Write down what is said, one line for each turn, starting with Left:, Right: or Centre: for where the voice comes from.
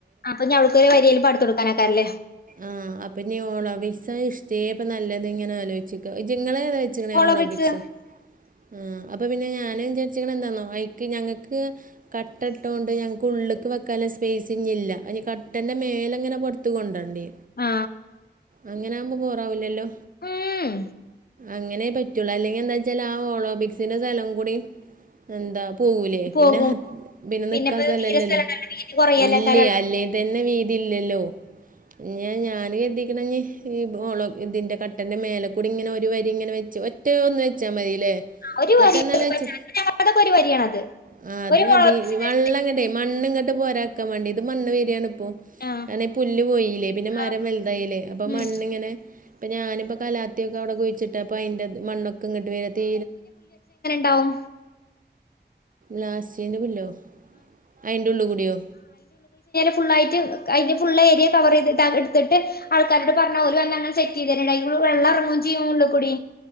Left: അപ്പൊ <unintelligible> വരില പടുത്ത് കൊടുക്കാനക്കാറല്ലേ
Right: ആഹ അപ്പൊഞ് ഇനി ഓളോബ്രിക്‌സ് ഇഷ്ടികേ നല്ലത് ഇങ്ങനെ ആലോചിക്ക നിങ്ങളെ എത വെച്ചിക്കണേ
Left: ഹോളോ
Right: ഓളോബ്രിക്
Left: ബ്രിക്സ്
Right: സോ ആ അപ്പൊ പിന്നെ ഞാന് വിചാരിച്ചിക്കണ എന്താന്നോ അഐക്ക് ഞങ്ങക്ക് കട്ട ഇട്ട കൊണ്ട് ഞങ്ങക്ക് ഉ ഉള്ളക്ക് വെക്കൻ സ്പേസ് ഇില്ല അ കട്ടന്റെ മേലെങ്ങെ പുറത്ത കൊണ്ടോണ്ണ്ടി
Left: ആ
Right: അങ്ങനെകുമ്പോ ബോ റാവൂല്ലല്ലോ
Left: ഉം
Right: അങ്ങനെ പറ്റുള്ളു അല്ലെങ്കിൽ എന്താച്ചാൽ ആ ഒളിമ്പിക്സിന്റെ സ്ഥലം കൂടി എന്താ പോവൂല്ലേ
Left: പോകും
Right: പിന്നെ പിന്നെ നിക്കാൻ
Left: പിന്നെപ്പോ
Right: സ്ഥലല്ലല്ലോ
Left: തീരെ സ്ഥലണ്ടാവില്ല വീതി കൊറയല്ലേക്കാരം
Right: ഇല്ല അല്ലേ തന്നെ വീതി ഇല്ലല്ലോ ഞ ഞാന് ക്കണി ഈ ഓളം ഇതിൻ്റെ കട്ടൻ്റെ മേലെക്കൂടി ഇങ്ങനെ ഒരു വരി ഇങ്ങനെ വെച്ച് ഒറ്റ ഒന്ന് വെച്ചാ മതില്ലേ
Left: അവിടെ ഒരു
Right: മറ്റേനാല്ലേച്
Left: വരി അതൊക്കെ ഒരു വരിയാണത്
Right: ആ അത്
Left: ഒരു
Right: മതി
Left: ഹോളോ ബ്രിക്സിന്റെ
Right: വെള്ളങ്ങട്ടെ മണ്ണിങ്ങട്ട് പോരാ ക്കാൻ വേണ്ടി ഇത് മണ്ണ് വര്യാണ്പ്പോ
Left: ആഹ്
Right: കാരണം ഈ പുല് പോയില്ലേ പിന്നെ മരം
Left: ആഹ്
Right: വലതായില്ലേ മണ്ണിങ്ങനെ
Left: ഉം
Right: ഇപ്പൊ ഞാനിപ്പ കലാത്തിക്കെ അവിടെ കുഴിച്ചിട്ട അപ്പൊ അയിന്റെ മണ്ണൊക്കെ ഇങ്ങോട്ട് വരെ തീ
Left: ഡൗ <unintelligible>
Right: ലാസ്യന്റെ പുല്ലോ അയിന്റെള്ക്കുടിയോ
Left: ഫ്യള്ളായിട്ട് <unintelligible> കവർ ചെയ് എടുത്തിട്ട് ആൾക്കാരോട് പറഞ്ഞ പ സെറ്റ് ചെയ്ത ഐക്കൂ വെള്ളം ഇറങ്ങും ചെയിം ഉള്ളു കുടി